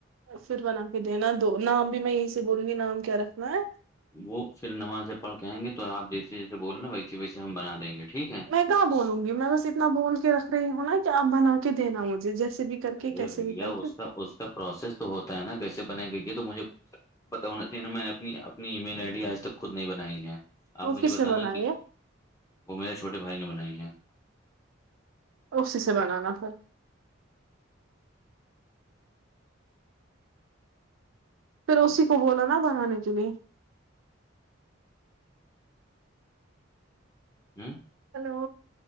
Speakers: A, on the right; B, on the left.
A: پھر بنا کے دینا دو نام بھی میں یہی سے بولوں گی نام کیا رکھنا ہے
B: وہ پھر نماز پڑھ کے آے گے تو آپ جیسے جیسے بولو نا ویسے ویسے ہم بنا دیں گے ٹھیک ہے
A: میں کہاں بولوں گی میں بس اتنا بول کے رکھ رہی ہوں نا کہ آپ بنا کے دینا مجھے جیسے بھی کر کے
B: ارے
A: کیسے
B: بھیا
A: بھی کر کے
B: اس کا اس کا پروسیس تو ہوتا ہے نا کیسے بنائی گئی ہے تو مجھے پتا ہونا چاہے میں نے اپنی اپنی ای میل آئی ڈی آج تک خود نہیں بنائی ہے
A: وہ
B: آپ مجھے
A: کس سے
B: بتانا
A: بنائیے
B: کہ وہ میرے چھوٹے بھائی نے بنائے ہیں
A: اسی سے بنانا پھر پھر اسی کو بولو نا بنانے کے لیئے
B: ہوں
A: ہیلو